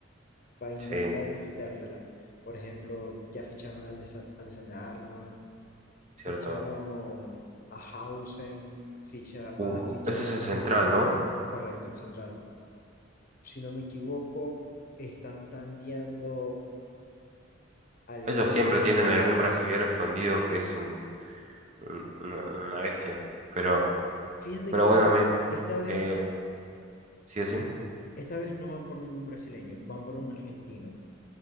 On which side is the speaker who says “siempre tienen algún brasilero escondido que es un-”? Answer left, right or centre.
Right